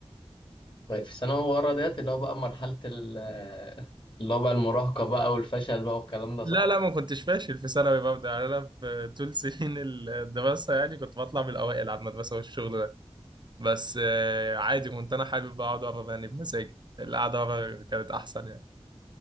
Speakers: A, on the left (about 50°); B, on the right (about 45°).
A: طيب في الثانوي ورا ديت اللي هو بقى مرحله ال- اللي هو بقى المراهقه بقى والفشل بقى والكلام ده
B: لا
A: صح
B: لا ما كنتش فاشل في ثانوي ببدأ يعني انا في طول سنين الدراسه يعني كنت بطلع من الاوائل على المدرسه والشغل ده بس آه، عادي كنت انا حابب اقعد اقرا يعني بمزاجي القعده ورا كانت احسن يعني